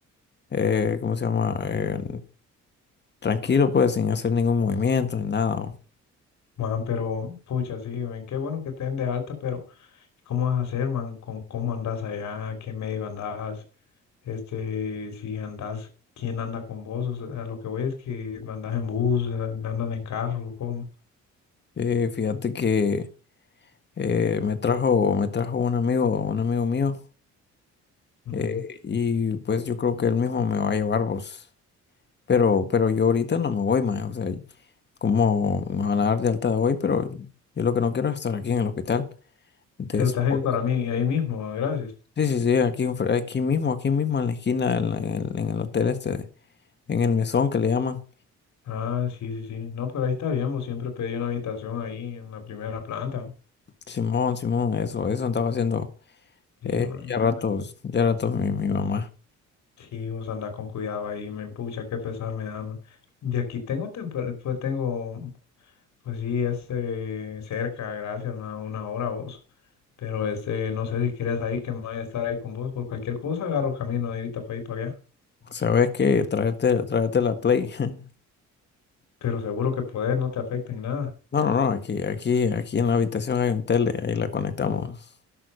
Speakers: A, on the left (about 35°); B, on the left (about 65°).
A: Eh, ¿cómo se llama? Eh, tranquilo, pues, sin hacer ningún movimiento ni nada. ¿no?
B: Man, pero pucha, sí, ven, qué bueno que te den de alta, pero ¿cómo vas a hacer, man? ¿Con cómo andas allá? ¿Qué medio andas? Este, si andas, ¿quién anda con vos? O sea, lo que voy es que andas en bus, and- andan en carro, ¿cómo?
A: Eh, fíjate que eh, me trajo, me trajo un amigo, un amigo mío,
B: Ujú.
A: eh, y pues yo creo que él mismo me va a llevar, pues. Pero, pero yo ahorita no me voy, más. O sea, como me van a dar de alta de hoy, pero yo lo que no quiero es estar aquí en el hospital. Después,
B: Pero te vas a ir para mí, ahí mismo, gracias.
A: sí, sí, sí, aquí, enfre- aquí mismo, aquí mismo en la esquina, en la- en- en el hotel este. en el mesón que le llaman.
B: Ah, sí, sí, sí. No, pero ahí está bien, vos siempre pedí una habitación ahí en la primera planta.
A: Simón, Simón, eso, eso andaba haciendo
B: Sí,
A: eh,
B: man.
A: ya ratos, ya ratos mi, mi mamá.
B: Sí, vos andás con cuidado ahí, me pucha, qué pesar me da, man. De aquí tengo, temper- pues tengo. Pues sí, este, cerca, gracias, una, una hora vos. Pero este, no sé si quieres ahí, que me vaya a estar ahí con vos. Por cualquier cosa agarro camino de ahorita para ahí para allá.
A: ¿Sabes qué? Tráete, tráete la Play. <laughs>
B: Pero seguro que podés, no te afecta en nada.
A: No, no, no, aquí, aquí, aquí en la habitación hay un tele, ahí la conectamos.